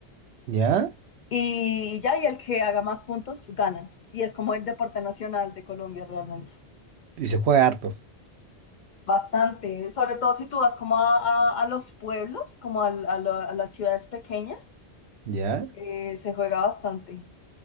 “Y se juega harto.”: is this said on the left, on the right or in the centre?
Right